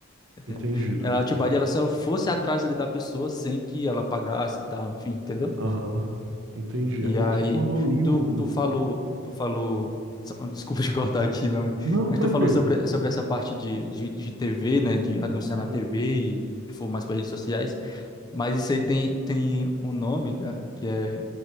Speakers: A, on the left (about 20°); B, on the right (about 60°).
A: entendeu?
B: entendido.
A: Ela, a Tibadi, ela só fosse atrás ali da pessoa sem que ela pagasse e tal, enfim, entendeu?
B: Aham, entendi.
A: E
B: É porque
A: aí,
B: quando eu li
A: tu,
B: o...
A: tu falou,
B: o- co-
A: tu falou, só- desculpa <laughs> te cortar aqui, né?
B: Não,
A: Mas
B: tranquilo.
A: tu falou sobre, sobre essa parte de, de, de TV, né? De anunciar na
B: Uhum.
A: TV e for mais para redes sociais. Mas isso aí tem, tem um nome, cara, que é.